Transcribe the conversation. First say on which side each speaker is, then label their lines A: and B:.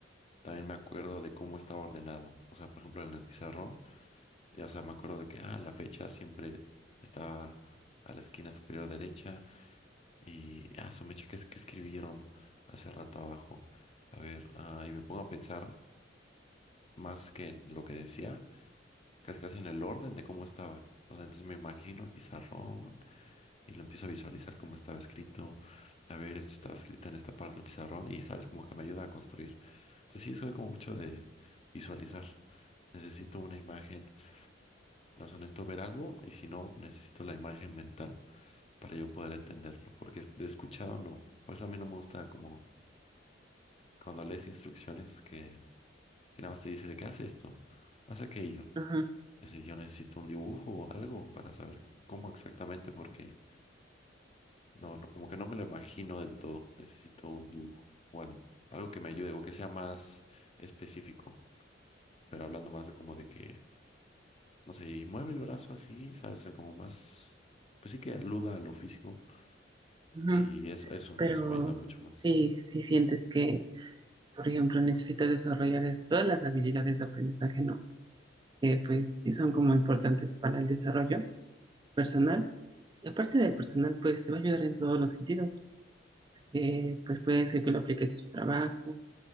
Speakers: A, on the left; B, on the right.
A: También me acuerdo de cómo estaba ordenado. O sea, por ejemplo, en el pizarrón, ya, o sea, me acuerdo de que, ah, la fecha siempre estaba a la esquina superior derecha y, ah, su mecha, ¿qué es que escribieron hace rato abajo? A ver, ah, y me pongo a pensar más que en lo que decía, casi casi en el orden de cómo estaba. O sea, entonces me imagino el pizarrón y lo empiezo a visualizar como estaba escrito. A ver, esto estaba escrito en esta parte del pizarrón y sabes, como que me ayuda a construir. Entonces sí, soy como mucho de visualizar. Necesito una imagen, no sea, necesito ver algo y si no, necesito la imagen mental para yo poder entenderlo, porque es- de escuchado no. Por eso a mí no me gusta como cuando lees instrucciones que, que nada más te dice de qué haz esto, haz aquello.
B: Ajá,
A: Es decir, yo necesito un dibujo o algo para saber cómo exactamente, porque No, no, como que no me lo imagino del todo. Necesito un dibujo o algo, algo que me ayude o que sea más específico, pero hablando más de como de que, no sé, y mueve el brazo así, ¿sabes? O sea, como más, pues sí que aluda a lo físico
B: ajá.
A: y eso, eso,
B: Pero
A: eso me ayuda mucho más.
B: sí, si sientes que, por ejemplo, necesitas desarrollar es- todas las habilidades de aprendizaje, ¿no? Que pues sí son como importantes para el desarrollo personal. Y aparte del personal, pues te va a ayudar en todos los sentidos. Eh, pues puede ser que lo apliques en su trabajo,